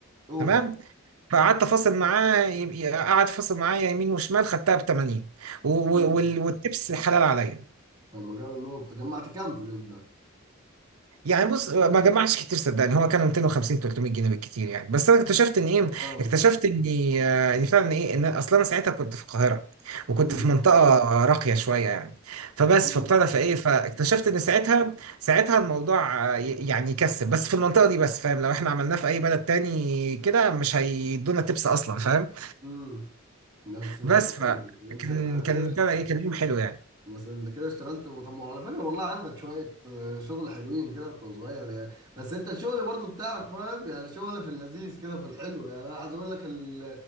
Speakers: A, on the right; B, on the right.
A: اوف
B: تمام فقعدت فاصل معاه يبقى- قعد فاصل معايا يمين وشمال خدتها ب 80 و... و-
A: مم.
B: وال... والتبس حلال عليا
A: لما جاب النقط جمعت كام في اليوم ده؟
B: يعني بص ما جمعش كتير صدقني هو كان 250 300 جنيه بالكتير يعني بس انا اكتشفت ان ايه
A: اه
B: اكتشفت اني آه، ان فعلا ايه ان اصلا انا ساعتها كنت في القاهره وكنت
A: امم
B: في منطقه راقيه شويه يعني فبس
A: امم
B: فابتدى فايه فاكتشفت ان ساعتها ساعتها الموضوع آه، ي- يعني يكسب بس في المنطقه دي بس فاهم لو احنا عملناه في اي بلد تاني كده مش هيدونا تبس اصلا فاهم
A: امم لا بس بس
B: بس فكان
A: كمل انت أنت
B: كان
A: كده
B: بتاع ده ايه كان يوم حلو يعني
A: بس انت كده اشتغلت طب ما هو على فكره والله عندك شويه آه، شغل حلوين كده وانت صغير يعني بس انت الشغل برضو بتاعك فاهم يعني شغل في اللذيذ كده في الحلو يعني انا عايز اقول لك ال...